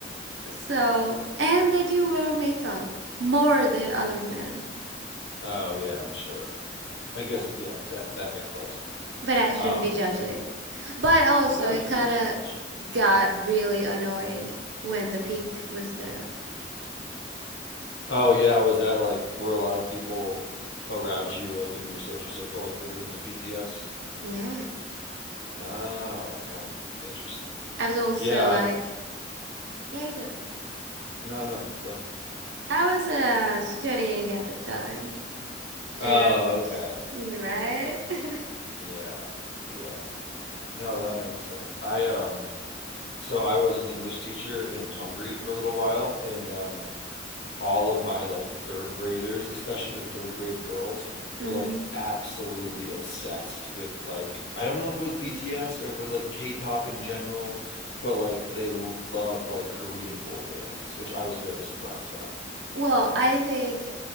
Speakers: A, on the right (about 75°); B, on the left (about 75°).
A: so and they do wear makeup more than other men.
B: Oh yeah, I'm sure. I guess yeah. That that makes a lot of sense.
A: But I shouldn't
B: Um,
A: be judging. But also,
B: no,
A: it
B: you can
A: kind
B: judge.
A: of got really annoying when the peak was there.
B: Oh yeah, was that like were a lot of people around you, like in your social circle, like really into BTS?
A: Yeah,
B: Oh, okay. Interesting.
A: I was also
B: Yeah,
A: like,
B: I'm
A: yeah, you go.
B: no, no, go.
A: I was uh studying at the time, and
B: Oh, okay.
A: right. <laughs>
B: Yeah. Yeah. No, that makes sense. I um so I was an English teacher in Hungary for a little while and um all of my like third graders, especially the third grade girls,
A: hmm
B: were like absolutely obsessed with like I don't know if it was
A: <clears throat>
B: BTS or if it was like K-pop in general, but like they loved like Korean boy bands, which I was very surprised by.
A: Well, I think